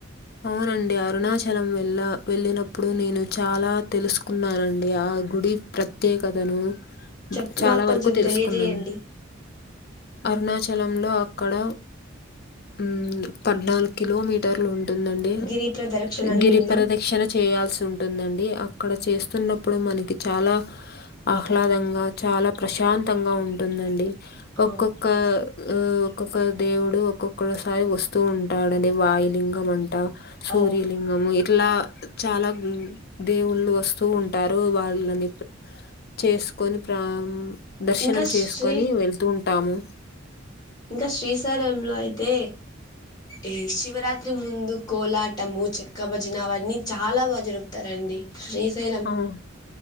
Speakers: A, on the left (about 50°); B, on the left (about 20°).
A: అవునండి అరుణాచలం వెళ్ళ వెళ్ళినప్పుడు నేను చాలా తెలుసుకున్నానండి ఆ గుడి ప్రత్యేకతను
B: చెప్
A: చాలా
B: మాకు కొంచెం
A: వరకు తెలుసుకున్నాను.
B: తెలియజేయండి
A: అరుణాచలంలో అక్కడ ఉమ్ పద్నాలుగు కిలోమీటర్లు ఉంటుందండి
B: గిరి ప్రదక్షిణ అని
A: గిరిపరదక్షిణ
B: విన్నా
A: చేయాల్సి ఉంటుందండి అక్కడ చేస్త వస్తున్నప్పుడు మనకి చాలా ఆహ్లాదంగా చాలా ప్రశాంతంగా ఉంటుందండి
B: ఆ
A: ఒక్కొక్క ఆ ఒక్కొక్క దేవుడు ఒక్కొక్కసారి వస్తూ ఉంటాడుడి వాయులింగం అంట సూర్యలింగము
B: ఓ
A: ఇట్లా చాలా దేవుళ్ళు వస్తూ ఉంటారు వాళ్ళని చేసుకొని ప్ర దర్శనం
B: ఇంకా
A: చేసుకొని
B: శ్రీ
A: వెళ్తూ ఉంట తాము
B: ఇంకా శ్రీశలంలో అయితే ఈ శివరాత్రి ముందు కోలాటము చెక్క భజన అవన్నీ చాలా బాగా జరుపుతారండి శ్రీశైలం
A: ఆ,